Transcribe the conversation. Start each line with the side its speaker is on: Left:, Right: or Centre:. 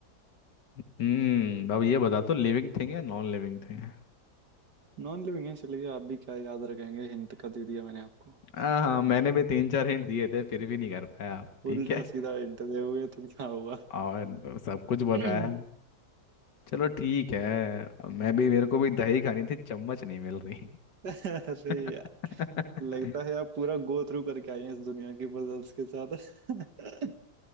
Left: हम्म अब ये बता तो लिविंग थिंग या नॉन लिविंग थिंग है?
Right: नॉन लिविंग है इसलिए आप भी क्या याद रखेंगे हिंट का दे दिया मैंने आपको
Left: हाँ हाँ मैंने भी तीन चार हिंट दिए थे फिर भी नहीं कर पाया आप ठीक
Right: उल्टा
Left: है
Right: सीधा हिंट दे हुए तो क्या हुआ
Left: और सब कुछ बताया
Right: <clears throat> हम्म,
Left: चलो ठीक है मैं भी मेरे को भी दही खानी थी चम्मच नहीं मिल रही
Right: <laughs> अरे
Left: <laughs>
Right: यार लगता है आप पूरा गो थ्रू करके आए हैं इस दुनिया की पजल्स के साथ <laughs>